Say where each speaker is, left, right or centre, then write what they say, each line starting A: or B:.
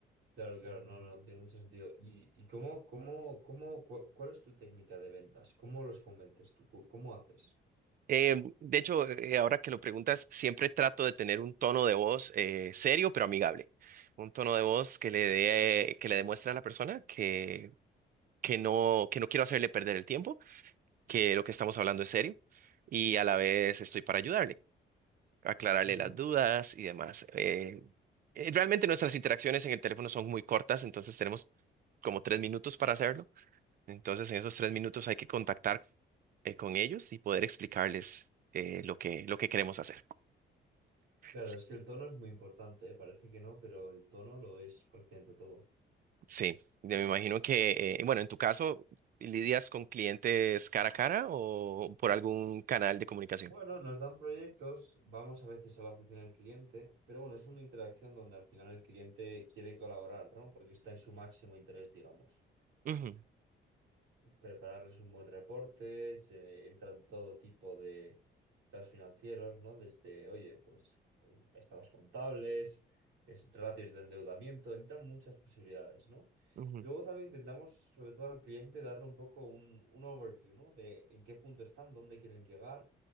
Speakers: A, on the right; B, on the right.
A: Claro, claro, no, no, tiene mucho sentido. ¿Y, y cómo, cómo, cómo, cua- cuál es tu técnica de ventas? ¿Cómo los convences tú? ¿Cómo cómo haces?
B: Eh, de hecho, eh, ahora que lo preguntas, siempre trato de tener un tono de voz eh, serio pero amigable. Un tono de voz que le dé, que le demuestre a la persona que, que no, que no quiero hacerle perder el tiempo, que lo que estamos hablando es serio y a la vez estoy para ayudarle, aclararle
A: Ujú,
B: las dudas y demás. Eh,
A: Claro.
B: eh, realmente nuestras interacciones en el teléfono son muy cortas, entonces tenemos como tres minutos para hacerlo. Entonces, en esos tres minutos hay que contactar eh, con ellos y poder explicarles eh, lo que, lo que queremos hacer.
A: Claro,
B: Sí,
A: es que el tono es muy importante, ¿eh? Parece que no, pero el tono lo es prácticamente todo.
B: sí, yo me imagino que, eh, bueno, en tu caso, ¿lidias con clientes cara a cara o por algún canal de comunicación?
A: Bueno, nos dan proyectos, vamos a veces a la oficina del cliente, pero bueno, es una interacción donde al final el cliente quiere colaborar, ¿no? Porque está en su máximo interés, digamos.
B: Ujú,
A: prepararles un buen reporte, se entran todo tipo de estados financieros, ¿no? Desde, oye, pues estados contables, es- ratios de endeudamiento, entran muchas posibilidades, ¿no?
B: ujú.
A: Luego también intentamos, sobre todo al cliente, darle un poco un, un overview, ¿no? De en qué punto están, dónde quieren llegar,